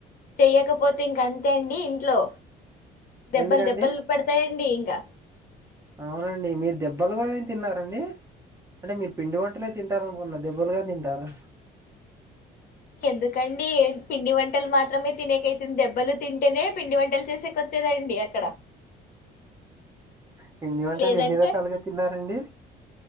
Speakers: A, on the left; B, on the right.
A: చెయ్యకపోతే ఇంక అంతే అండి ఇంట్లో దెబ్బల్
B: ఎందుకండి
A: దెబ్బలు పడతాయండి ఇంకా
B: అవునండి మీరు దెబ్బలు కూడా తిన్నారండి అంటే మీరు పిండి వంటలే తింటారనుకున్న దెబ్బలు గాని తింటారా
A: ఎందుకండి పిండి వంటలు మాత్రమే తినేకైంది దెబ్బలు తింటేనే పిండి వంటలు చేసేకొచ్చె ఉంటుందండి అక్కడ
B: పిండి వంటలు
A: లేదంటే
B: ఎన్ని రకాలుగా తిన్నారండి